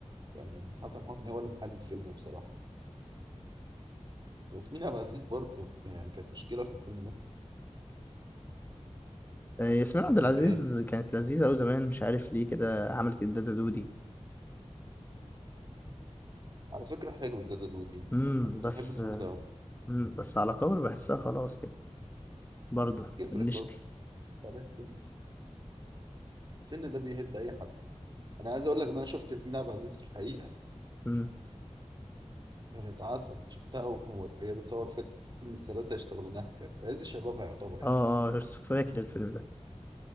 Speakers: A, on the right; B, on the left.
A: كان حسن حسني هو اللي محل الفيلم بصراحه ياسمين عبد العزيز برضه يعني كانت مشكله في الفيلم ده
B: آه، ياسمين عبد
A: حسن
B: العزيز
A: كان
B: كانت لذيذة أوي زمان مش عارف ليه كده عملت الدادة دودي
A: على فكره حلو الدادا دودي
B: امم
A: انا كنت
B: بس
A: بحب الفيلم ده قوي
B: امم بس على كبر بحسها خلاص كده برضه
A: كبرت
B: فنشتي
A: برضه على السن السن ده بيهد اي حد انا عايز اقول لك ان انا شفت ياسمين عبد العزيز في الحقيقه
B: امم
A: كانت عسل شفتها وهي بتصور فيلم الثلاثه يشتغلونها كانت في عز شبابها يعتبر
B: اه
A: يعني
B: اه فاكر الفيلم ده